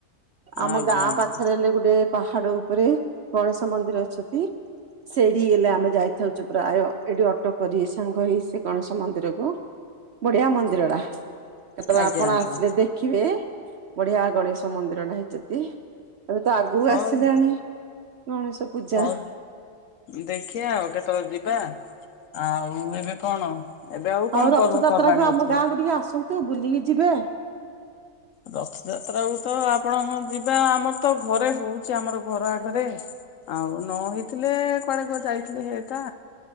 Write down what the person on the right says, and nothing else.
ଆମ
ଗାଁ
ପାଖରେ ହେଲେ ଗୋଟେ ପାହାଡ ଉପରେ ଗଣେଶ ମନ୍ଦିର ଅଛନ୍ତି। ସେଠି ହେଲେ ଆମେ ଯାଇଥାଉଛୁ ପ୍ରାୟ ଏଠି ଅଟୋ କରି ସାଙ୍ଗ ହେଇ ସେ ଗଣେଶ ମନ୍ଦିର କୁ। ବଢିଆ ମନ୍ଦିର ଟା। କେତେବେଳେ
ଆପଣ
ଆସିଲେ ଦେଖିବେ ବଢିଆ ଗଣେଶ ମନ୍ଦିରଟ ହେଇଚନ୍ତି। ଏବେ ତ ଆଗକୁ
ଆସିଲାଣି ଗଣେଶ ପୂଜା।
ଆଉ ରଥଯାତ୍ରା
କୁ ଆମ
ଗାଁକୁୁ ଟିକେ ଆସନ୍ତୁ ବୁଲିକି ଯିବେ।